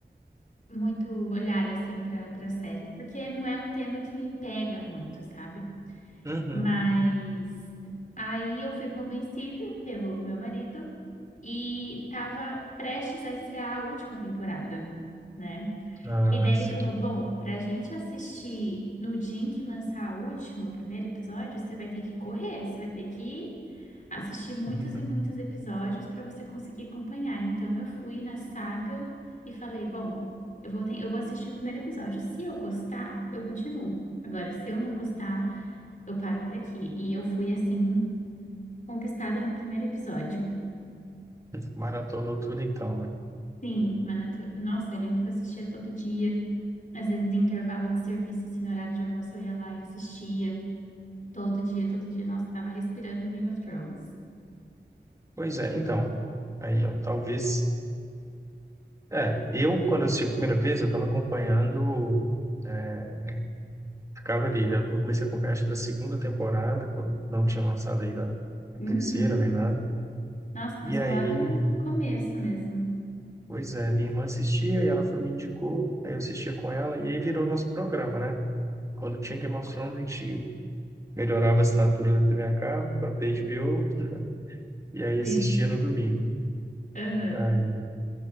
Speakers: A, on the left; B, on the right.
A: muito olhar assim para para série, porque não é um tema que me pega muito, sabe?
B: Uhum.
A: Mas aí eu fui convencida pelo meu marido e estava prestes a estrear a última temporada, né?
B: Ah,
A: E daí
B: sim.
A: ele falou: Bom, pra gente assistir no dia em que lançar a última, o primeiro episódio, você vai ter que correr, você vai ter que assistir muitos
B: <laughs>
A: e muitos episódios para você conseguir acompanhar. Então eu fui na saga e falei: Bom, eu vou, ter- eu vou assistir o primeiro episódio. Se eu gostar, eu continuo. Agora, se eu não gostar, eu paro por aqui. E eu fui assim, conquistada no primeiro episódio.
B: Maratonou tudo então, né?
A: Sim, Manatu... Nossa, eu lembro que eu assistia todo dia. Às vezes, em intervalo de serviço, assim, no horário de almoço, eu ia lá e assistia. Todo dia, todo dia. Nossa, tava respirando Game of Thrones.
B: Pois é, então. Aí, ó, talvez. É, eu, quando eu assisti a primeira vez, eu estava acompanhando. é, Ficava ali. Eu eu comecei a acompanhar, acho que da segunda temporada, quando não tinha lançado ainda a
A: Uhum.
B: terceira nem nada.
A: Nossa, começou
B: E aí,
A: lá do, do começo mesmo.
B: pois é, minha irmã assistia e ela foi, me indicou. Aí eu assistia com ela e aí virou nosso programa, né? Quando tinha Game of Thrones, a gente melhorava a assinatura da TV a cabo para HBO e aí assistia
A: Sim.
B: no domingo.
A: Aham.
B: Aí